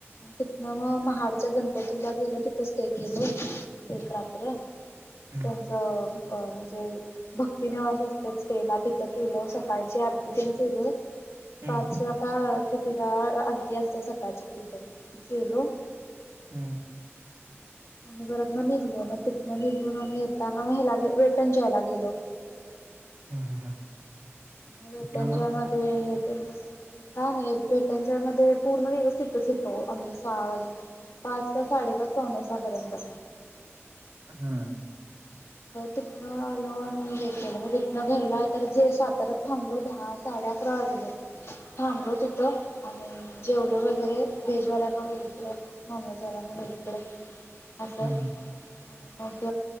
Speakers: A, on the left; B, on the right.
A: तिथनं मग, महाडच्या गणपतीला गेलं तिथं स्टे केलं एक रात्र.
B: हम्म
A: त्यांचं भक्ती निवास असत स्टे ला तिथं केलं सकाळची आरती पण केलं.
B: हम्म
A: पाच ला का कितीला आरती असते सकाळची तिथं तिथे केलो.
B: हम्म.
A: आणि परत मग निघलो, मग तिथनं निघून आम्ही येताना मग वेट न जॉय ला गेलो.
B: हा हा हा.
A: म वेटन
B: तिथनं मग
A: जॉय मध्ये हे काय नाही पेट्यांच्या मध्ये पूर्ण दिवस तिथच होतो आम्ही सहा पाच का साडेपाच पावणे सहा पर्यंत.
B: हा.
A: तिथनं आलो, आणि हे केलं म तिथनं घरला तर जे साताऱ्यात थांबलो दहा साडे अकरा वाजले. थांबलो तिथं, आणि जेवलं वगैरे व्हेजवाल्यांना वेगळीकडे नॉन व्हेजवाल्यांन वेगळीकड, अस
B: हम्म
A: आणि
B: हम्म
A: मग